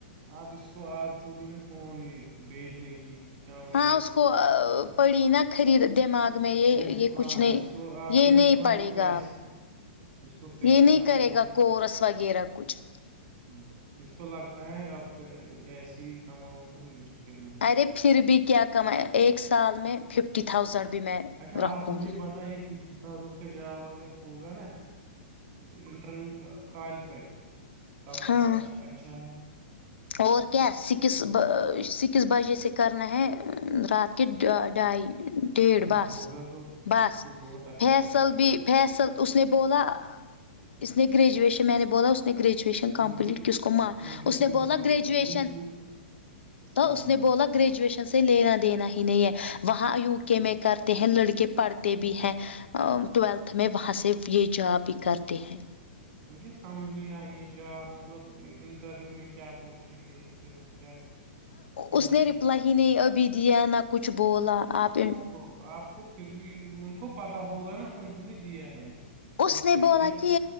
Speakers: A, on the right; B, on the left.
A: آب اس کو عاد ہوگی نا فون یہ بھیجنے کی کہاں یہ
B: ہاں اس کو
A: اس
B: پڑی نا خرید دماغ میں یہ
A: پیسوں
B: یہ
A: ہاں
B: کچھ نہیں
A: اس کو آ
B: یہ
A: گئے نا
B: نہیں
A: دماغ
B: پڑے
A: میں پیسہ
B: گا آپ
A: اس کو پیسہ
B: یہ نہیں
A: آ
B: کرے
A: گیا
B: گا کورس وغیرہ کچھ
A: ہوں اس کو لگتا ہے اب ایسے ہی کماؤں گا مجھے قیمت
B: ارے پھر بھی کیا کمائے ایک سال میں ففٹی تھاؤزینڈ بھی میں
A: اچھا
B: رکھوں
A: آپ مجھے
B: گی
A: پت یہ ففٹی تھاؤزینڈ کا جاب اگر ہوگا نا انٹرویو کالفائی تب تو
B: ہاں
A: اچ اچھا ہے
B: اور کیا سکس سکس بجے سے کرنا ہے رات کے ڈھائی ڈیڑ
A: اگر
B: بس
A: ہوگا تو
B: بس
A: تو بہت اچھا
B: فیصل
A: رہتا
B: بھی فیصل اس نے بولا اس نے گریجویشن میں نے بولا اس نے گریجویشن
A: کیونکہ
B: کمپلیٹ کی اس کو مار
A: کیونکہ
B: اس نے
A: دوسروں
B: بہت گریجویشن
A: دوسروں
B: تو
A: ہاں
B: اس
A: ہاں
B: نے بہت و گریجویشن سے لینا دینا ہی نہیں ہے وہاں یو کے میں کرتے ہیں لڑکے پڑھتے بھی ہیں ٹویلتھ میں وہاں سے یہ جا بھی کرتے ہیں
A: مجھے سمجھ نہیں آ رہی ہے ج مطلب انٹرویو میں کیا پوچھیں گے پھر کیا کنسٹر
B: اس نے رپلائی ہی نہیں ابھی دیا نہ کچھ بولا آپ ان
A: تو آپ کو پھر بھی ان کو پتا ہوگا نا انہوں نے دیا ہے ابھی
B: اس
A: اور
B: نے
A: کیا
B: بولا
A: شف
B: کہ